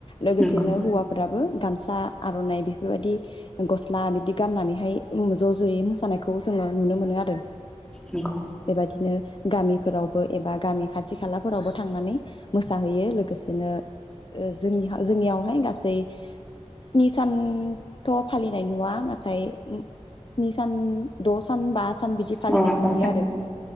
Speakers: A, on the left; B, in the centre.
A: लोगोसेनो
B: नंगौ
A: हौवा फोराबो गामसा आरनाइ बेफोर बायदि गस्ला बिदि गाननानै हाय ज ज यै मोसानायखौ जोङो नुनो मोनो आरो।
B: नंगौ।
A: बेबायदिनो गामिफोरावबो एबा गामि खाथि खालाफोरावबो थांनानै मोसाहैयो लोगोसेनो ओ जों जोंनियावहाय गासै स्नि सानथ फालिनाय नुवा नाथाय स्नि सान द सान बा सान बिदि फालिनायखौ
B: <unintelligible>
A: नुयो आरो